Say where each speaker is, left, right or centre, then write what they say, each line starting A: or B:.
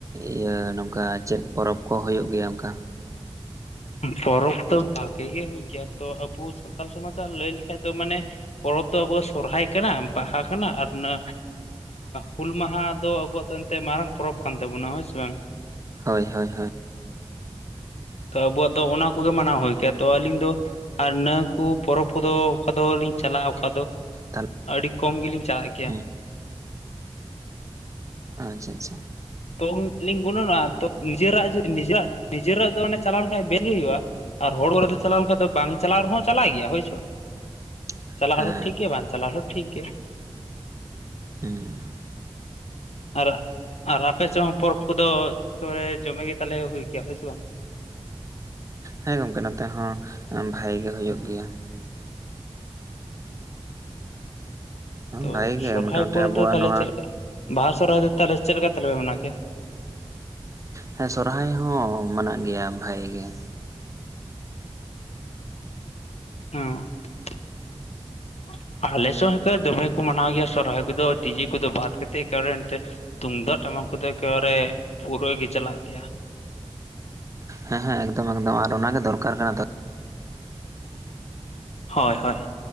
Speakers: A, on the right; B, on the left.
A: ᱤᱭᱟᱹ ᱱᱚᱝᱠᱟ ᱪᱮᱫ ᱯᱚᱨᱚᱵᱽ ᱠᱚ ᱦᱚᱭᱳᱜ ᱜᱮᱭᱟ ᱚᱱᱠᱟ?
B: ᱯᱚᱨᱚᱵ ᱫᱚ ᱵᱷᱟᱜᱮ ᱜᱮ ᱦᱩᱭ ᱠᱮᱭᱟ ᱛᱚ ᱟᱵᱚ ᱥᱟᱱᱛᱟᱞ ᱥᱚᱢᱟᱡᱟᱜ ᱞᱟᱹᱭ ᱞᱮᱠᱷᱟᱡ ᱫᱚ ᱢᱟᱱᱮ ᱯᱚᱨᱚᱵ ᱫᱚ ᱟᱵᱚ ᱥᱚᱨᱦᱟᱭ ᱠᱟᱱᱟ ᱵᱟᱦᱟ ᱠᱟᱱᱟ ᱟᱨ ᱚᱱᱟ ᱦᱩᱞ ᱢᱟᱦᱟ ᱫᱚ ᱟᱵᱚᱣᱟᱜ ᱫᱚ ᱮᱱᱛᱮ ᱢᱟᱨᱟᱝ ᱯᱚᱨᱚᱵ ᱠᱟᱱ ᱛᱟᱵᱚᱱᱟ ᱦᱳᱭ ᱥᱮ ᱵᱟᱝ?
A: ᱦᱳᱭ ᱦᱳᱭ ᱦᱳᱭ ᱾
B: ᱛᱚ ᱟᱵᱚᱣᱟᱜ ᱫᱚ ᱚᱱᱟ ᱠᱚᱜᱮ ᱢᱟᱱᱟᱣ ᱦᱩᱭ ᱠᱮᱭᱟ ᱛᱚ ᱟᱹᱞᱤᱧ ᱫᱚ ᱟᱨ ᱱᱚᱣᱟ ᱠᱚ ᱯᱚᱨᱚᱵ ᱠᱚᱫᱚ ᱚᱠᱟ ᱫᱚᱞᱤᱧ ᱪᱟᱞᱟᱜᱼᱟ ᱚᱠᱟ ᱫᱚ
A: ᱛᱟᱦᱚᱞᱮ
B: ᱟᱹᱰᱤ ᱠᱚᱢ ᱜᱮᱞᱤᱧ ᱪᱟᱞᱟᱜ ᱜᱮ
A: ᱦᱮᱸ ᱟᱪᱪᱷᱟ ᱟᱪᱪᱷᱟ ᱾
B: ᱛᱚ ᱞᱤᱧ ᱜᱩᱱᱟᱹᱱᱚᱜᱼᱟ ᱛᱚ ᱱᱤᱡᱮᱨᱟᱜ ᱱᱤᱡᱮᱨᱟᱜ ᱱᱤᱡᱮᱨᱟᱜ ᱫᱚ ᱡᱮ ᱪᱟᱞᱟᱣ ᱞᱮᱱᱠᱷᱷᱟᱡ ᱵᱮᱥ ᱜᱮ ᱦᱩᱭᱩᱜᱼᱟ᱾ ᱟᱨ ᱦᱚᱲ ᱠᱟᱨᱮᱫᱚ ᱪᱟᱞᱟᱣ ᱟᱱᱠᱷᱟᱡ ᱫᱚ ᱵᱟᱝ ᱪᱟᱞᱟᱣ ᱨᱮᱦᱚᱸ ᱪᱟᱞᱟᱜ ᱜᱮᱭᱟ ᱦᱳᱭ ᱥᱮ ᱵᱟᱝ ᱾
A: <unintelligible>
B: ᱪᱟᱞᱟᱜ
A: ᱦᱮᱸ
B: ᱨᱮᱦᱚᱸ ᱴᱷᱤᱠ ᱜᱮ ᱵᱟᱝ ᱪᱟᱞᱟᱜ ᱨᱮᱦᱚᱸ ᱴᱷᱤᱠ ᱜᱮ᱾
A: <unintelligible>
B: ᱟᱨ ᱟᱨ ᱟᱯᱮ ᱥᱮᱫ ᱦᱚᱸ ᱯᱚᱨᱚᱵ ᱠᱚᱫᱚ ᱮᱠᱮᱵᱟᱨᱮ ᱡᱚᱢᱮᱜ ᱜᱮ ᱛᱟᱞᱮ ᱦᱩᱭ ᱠᱮᱭᱟ ᱦᱳᱭ ᱥᱮ ᱵᱟᱝ?
A: ᱦᱮᱸ ᱜᱚᱢᱠᱮ ᱱᱚᱛᱮ ᱦᱚᱸ ᱵᱷᱟᱜᱤ ᱜᱮ ᱦᱚᱭᱳᱜ ᱜᱮᱭᱟ ᱾
B: ᱛᱚ
A: ᱵᱷᱟᱜᱮ ᱜᱮ
B: ᱥᱚᱨᱦᱟᱭ
A: ᱢᱚᱴᱟᱢᱩᱴᱤ
B: ᱯᱚᱨᱮ
A: ᱟᱵᱚᱣᱟᱜ
B: ᱫᱚ ᱛᱟᱦᱚᱞᱮ
A: ᱱᱚᱣᱟ
B: ᱪᱮᱫ ᱞᱮᱠᱟ? ᱵᱟᱦᱟ ᱥᱚᱨᱦᱟᱭ ᱫᱚ ᱛᱟᱦᱚᱞᱮ ᱪᱮᱫ ᱞᱮᱠᱟ ᱛᱟᱦᱚᱞᱮ ᱯᱮ ᱢᱟᱱᱟᱣ ᱠᱮᱭᱟ?
A: ᱦᱮᱸ ᱥᱚᱨᱦᱟᱭ ᱦᱚᱸ ᱢᱟᱱᱟᱜ ᱜᱮᱭᱟ ᱵᱷᱟᱜᱤ ᱜᱮ ᱾
B: <unintelligible>
A: <unintelligible>
B: ᱟᱞᱮ ᱥᱮᱫ ᱦᱚᱸ ᱦᱚᱠᱚ ᱫᱚᱢᱮ ᱠᱚ ᱢᱟᱱᱟᱣ ᱜᱮᱭᱟ ᱥᱚᱨᱦᱟᱭ ᱠᱚᱫᱚ ᱰᱤᱡᱮ ᱠᱚᱫᱚ ᱵᱟᱫ ᱠᱟᱛᱮᱫ ᱮᱠᱮᱵᱟᱨᱮ ᱮᱱᱛᱮ ᱛᱩᱢᱫᱟᱜ ᱴᱟᱢᱟᱠ ᱠᱚᱛᱮ ᱮᱠᱮᱵᱟᱨᱮ ᱯᱩᱨᱟᱹ ᱜᱮ ᱪᱟᱞᱟᱜ ᱜᱮᱭᱟ᱾
A: ᱦᱮᱸ ᱦᱮᱸ ᱮᱠᱫᱚᱢ ᱮᱠᱫᱚᱢ ᱟᱨ ᱚᱱᱟᱜ ᱜᱮ ᱫᱚᱨᱠᱟᱨ ᱠᱟᱱᱟ ᱛᱚ ᱾
B: ᱦᱚᱭ ᱦᱚᱭ᱾